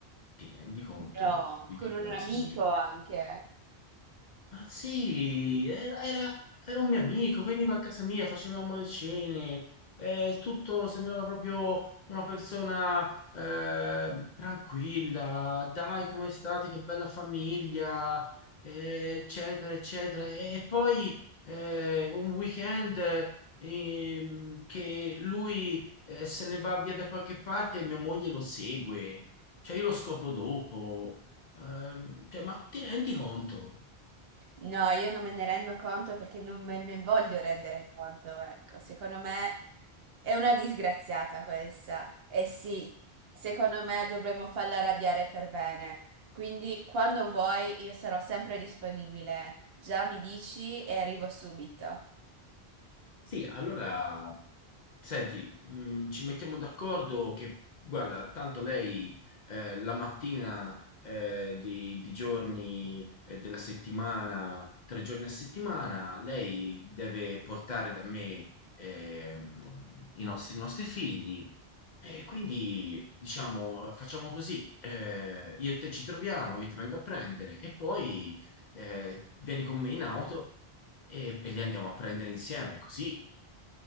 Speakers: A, on the left (about 55°); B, on the right (about 70°).
A: ti rendi conto
B: No,
A: di
B: con
A: che
B: un
A: cosa
B: amico
A: significa?
B: anche.
A: Ma sì, era, era- era un mio amico, veniva a casa mia, facevamo le cene, eh, tutto sembrava proprio una persona eh, tranquilla, dai, come state, che bella famiglia, eh, eccetera, eccetera. E poi eh, un weekend ehm, che lui eh, se ne va via da qualche parte e mia moglie lo segue, cioè io lo scopro dopo. Ehm, cioè, ma ti rendi conto?
B: No, io non me ne rendo conto perché non me ne voglio rendere conto, ecco. Secondo me è una disgraziata questa. E sì, secondo me dovremmo farla arrabbiare per bene. Quindi quando vuoi io sarò sempre disponibile. Già mi dici e arrivo subito.
A: Sì, allora, senti, mh, ci mettiamo d'accordo che, guarda, tanto lei eh, la mattina eh, di, di giorni eh, della settimana, tre giorni a settimana, lei deve portare da me ehm, i nostri, i nostri figli e quindi, diciamo, facciamo così, eh, io e te ci troviamo, io ti vengo a prendere e poi eh, vieni con me in auto e, e li andiamo a prendere insieme, così